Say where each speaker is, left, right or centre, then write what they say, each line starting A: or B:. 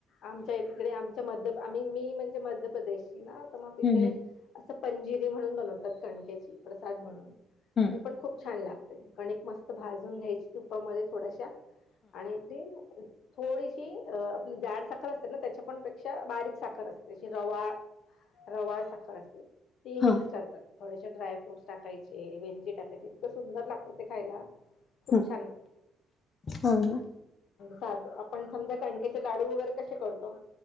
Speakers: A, on the left; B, on the left.
A: आमच्या तिकडे आम मध्य आम्ही मी म्हणजे मध्यप्रदेशी ना तर मग तिथे
B: हम्म
A: स पंजिरी म्हणून बनवतात कणक्याची प्रसाद म्हणून
B: हम्म
A: ते पण खूप छान लागत कणिक मस्त भाजून घ्यायची तुपामध्ये थोड्याशा आणि आपली
B: ह
A: थोडीशी अ आपली जाड साखर असते ना त्याच्या पणपेक्षा बारीक साखर असतेशी रवा रवाळ साखर असते ती मिक्स
B: हा
A: करतात थोडेसे ड्रायफ्रूटस टाकायचे वेलची टाकायचे इतकं सुंदर लागतं ते खायला. खूप
B: हम्
A: छान
B: हो का
A: साध आपण समजा कणकेचे लाडू वगैरे कसे करतो